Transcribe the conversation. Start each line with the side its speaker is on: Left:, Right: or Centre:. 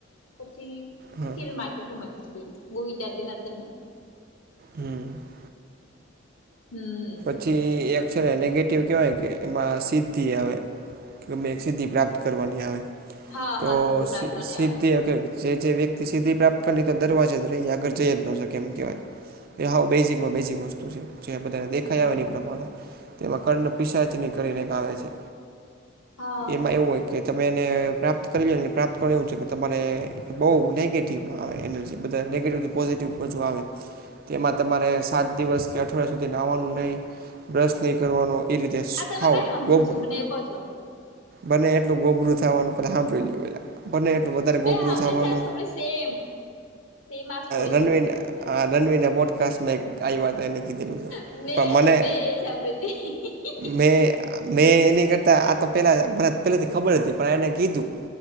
Left: પછી. <inaudible> <unintelligible>
Right: હા
Left: ચીલ મારતી ત મલકી બહ વિચારતી નથી મે. <inaudible> <unintelligible>
Right: હમ. <inaudible> <unintelligible>
Left: હમ. <inaudible> <unintelligible>
Right: પછી એક છે ને નેગેટિવ કહેવાય કે એમાં સીધિ આવે. <inaudible> <unintelligible> કે એક સિદ્ધિ પ્રાપ્ત કરવાની આવે
Left: હા
Right: તો
Left: હા સિદ્ધિ પ્રાપ્ત કોને
Right: સિદ્ધિ.
Left: આવે
Right: <inaudible> <unintelligible> <inaudible> જે વ્યક્તિ સીધિ પ્રાપ્ત તો દરવાજે રહીએ આગળ જઈ જ ન શકે એમ કહેવાય. એ હ બેઝિકમાં બેઝિક વસ્તુ છે જે બધાને દે. ખયાવાની
Left: હમ
Right: પ્રમાણે તેમાં કર્ણ પિસાચની કરીને આવે છે.
Left: હા
Right: એમાં એવું હોય. કે તમે એને પ્રાપ્ત કરી લો ને પ્રાપ્ત કર એવું છે કે તમારે બહુ નેગેટિવ આવે એ. જે બધા નેગેટિવ થી પોઝિટિવ બજુ આવે.
Left: હ.
Right: તેમાં તમારે સાત દિવસ કે અઠવાડિયા સુધી નાહવાનું નહીં બ્રશ નહીં કરવાનું. એરિટેજ
Left: આ તમે
Right: ખાવ
Left: કઈ સાંભળ્યું
Right: ગોભરું.
Left: છે મને એ કહો છો
Right: બને એટલું ગોબરું થવાનું પે સાંભળી લેું પેલા. બને એટલું વધારે
Left: મેં
Right: ગોબરું
Left: સાંભળી
Right: થવાનું
Left: છે આ સ્ટોરી સેમ સેમ આ સ્ટોરી
Right: રણવીન.
Left: સાંભળેલી છે મેં
Right: રણવીને બોડકાસ્ટ ને આ્યાત એને કીધેલું છે.
Left: મેં
Right: પણ મને
Left: મેં એ જ પ્રૃત <unintelligible> <inaudible> <inaudible> <unintelligible> <unintelligible> <inaudible> <inaudible>
Right: મેં મેં એની કરતાં આ તો પહેલાં મને પહેલાંથી ખબર હતી. પણ એણે કીધું